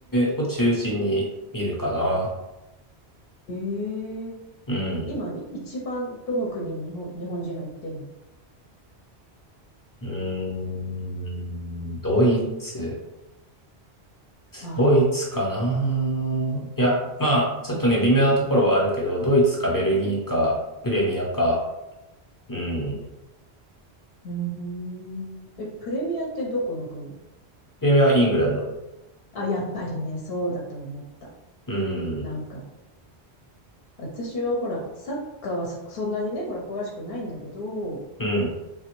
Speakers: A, on the left; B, on the left.
A: ムを中心に見るかな。
B: ええ
A: うん。
B: 今、一番どの国に日本、日本人が行ってんの
A: うーん。ドイツ。
B: あ
A: ドイツかないや、まあ、ちょっとね、微妙なところはあるけど、ドイツかベルギーか、プレミアか、うん。
B: あー、うーん。え、プレミアってどこの国
A: プレミアはイングランド。
B: あ、やっぱりね、そうだと思った。
A: うん、
B: なんか、私はほら、サッカーはそ、そんなにね、ほら、詳しくないんだけど、
A: うん。